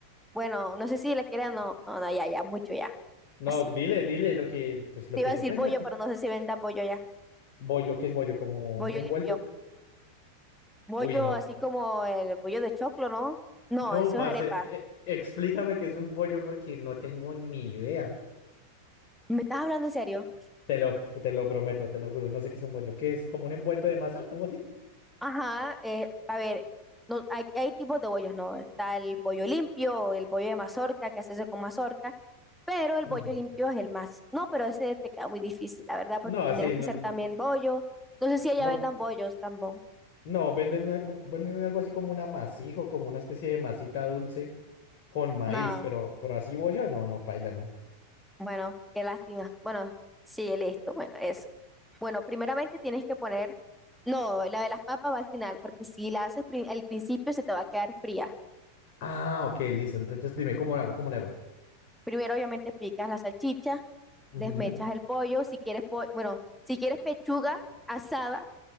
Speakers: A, in the centre; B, on the left.
A: Bueno, no sé si le quieren no. No, no, ya, ya, mucho ya.
B: No,
A: Así.
B: dile, dile lo que, pues lo
A: Te
B: que
A: iba a
B: toca
A: decir
B: es
A: bollo,
B: meter.
A: pero no sé si vendan bollo ya.
B: Bollo, ¿qué es bollo? ¿Como
A: Bollo
B: un envuelto?
A: limpio. Bollo
B: Uy, no.
A: así como el bollo de choclo, ¿no? No,
B: No,
A: eso
B: parce,
A: es arepa.
B: e- e- explícame qué es un bollo porque no tengo ni idea.
A: ¿Me estás hablando en serio?
B: Te lo, te lo prometo, te lo juro, no sé qué es un bollo. ¿Qué es como un envuelto de masa? ¿Algo así?
A: Ajá, eh, a ver, no, hay, hay tipos de bollos, ¿no? Está el bollo limpio, el bollo de mazorca, que se hace con mazorca, pero el
B: Ujú.
A: bollo limpio es el más. No, pero ese te queda muy difícil, la verdad, porque
B: No,
A: tendrías
B: sí,
A: que
B: no,
A: hacer
B: no,
A: también bollo. No sé si allá
B: no,
A: vendan bollos tampoco.
B: no, venden, una- un- venden algo así como un amasijo, como una especie de masita dulce con maíz,
A: No.
B: pero, pero así bollo, no, no, paila, no.
A: Bueno, qué lástima. Bueno, sí, listo. Bueno, eso. Bueno, primeramente tienes que poner, no, la de las papas va al final, porque si la haces pri- al principio se te va a quedar fría.
B: Ah, ok, listo. Entonces dime, ¿cómo lo hago? ¿Cómo le
A: Primero, obviamente, picas la salchicha,
B: hago?
A: desmechas el pollo, si quieres, po- bueno, si quieres pechuga asada